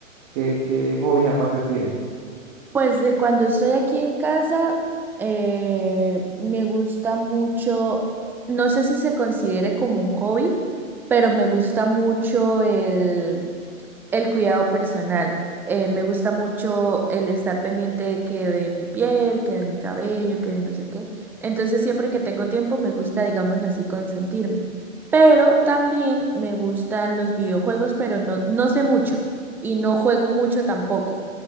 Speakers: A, on the right; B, in the centre.
A: ¿Qué, qué hobbies aparte tienes?
B: pues de cuando estoy aquí en casa, eh, me gusta mucho, no sé si se considere como un hobby, pero me gusta mucho el el cuidado personal. Eh, me gusta mucho el estar pendiente de que de mi piel, que de mi cabello, que de no sé qué. Entonces, siempre que tengo tiempo, me gusta, digámoslo así, consentirme. Pero también me gustan los videojuegos, pero no, no sé mucho y no juego mucho tampoco.